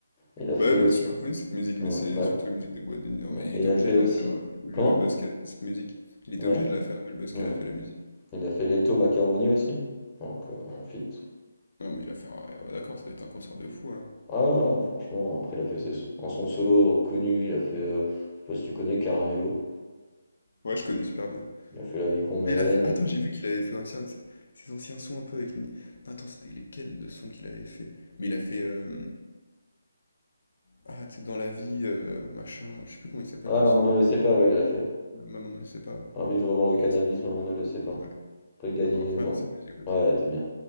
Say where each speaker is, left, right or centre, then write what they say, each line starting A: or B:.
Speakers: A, on the left; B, on the left.
A: Il a fait
B: Bah ouais, mais
A: aussi.
B: elle est super connue cette musique, mais
A: Ouais,
B: c'est
A: bah
B: surtout la musique des boîtes de nuit. Non,
A: ouais,
B: mais
A: ouais.
B: il
A: Il
B: était
A: a
B: obligé
A: fait
B: de
A: aussi.
B: la faire. euh, Vu
A: Comment?
B: le buzz qu'elle a fait cette musique. Il était
A: Ouais.
B: obligé de la faire vu le buzz
A: hmm.
B: qu'elle a fait la musique.
A: Il a fait Leto Macaroni aussi. Donc euh, en fit.
B: Non, mais il a fait un. ouais, d'accord, ça doit être un concert de fou alors.
A: Ah franchement, après il a fait ses sons. En son solo connu, il a fait euh, je sais pas si tu connais Caramello.
B: Ouais, je connais super bien.
A: Il a fait La vie qu'on mène.
B: Ah, il a fait. Attends, j'ai vu qu'il avait fait aussi un de ses, ses anciens sons un peu avec. Ni- Non, attends, c'était lesquels de sons qu'il avait fait? Mais il a fait. euh, Ah, tu sais, dans la vie, heu, machin, je sais plus comment il s'appelle
A: Ah
B: le
A: maman
B: son,
A: ne
B: là.
A: le sait pas, ouais, il l'a fait.
B: Ouais, Maman ne le sait pas, ouais.
A: Ravi, je revends le cannabis,
B: Ah
A: maman ne
B: c'est
A: le sait pas.
B: ouais.
A: Brigadier,
B: Ah mais incroyable
A: bon non.
B: cette musique aussi.
A: Ouais, t'es bien.